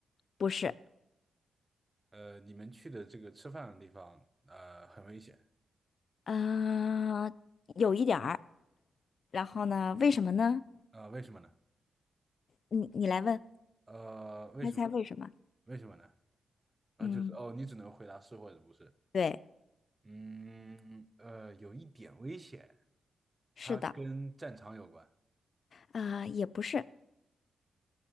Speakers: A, on the left; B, on the right.
A: 不是，
B: 呃，你们去的这个吃饭的地方，呃，很危险，
A: 嗯、有一点儿，然后呢，为什么呢？
B: 呃，为什么呢？
A: 你你来问，
B: 呃，为什么呢？
A: 猜猜为什么？
B: 为什么呢？啊，
A: 嗯，
B: 就是哦，你只能回答是或者不是。
A: 对，
B: 嗯，呃，有一点危险，
A: 是的，
B: 它跟战场有关。
A: 啊、也不是，